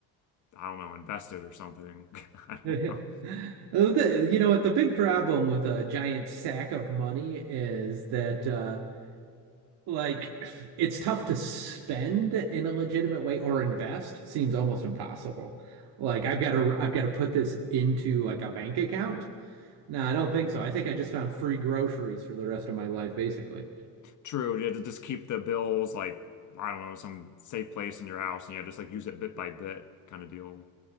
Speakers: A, on the left (about 45°); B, on the right (about 70°).
A: I don't know, invested or something. <laughs> I don't
B: The-
A: know.
B: <laughs> You know what? The big problem with a giant sack of money is that uh Like, it's tough to spend in a legitimate way or invest seems almost impossible. Like, I've got to I've got to put this into like a bank account. No, I don't think so. I think I just found free groceries for the rest of my life, basically.
A: True, you had to just keep the bills like I don't know, some safe place in your house, and yeah, just like use it bit by bit kind of deal.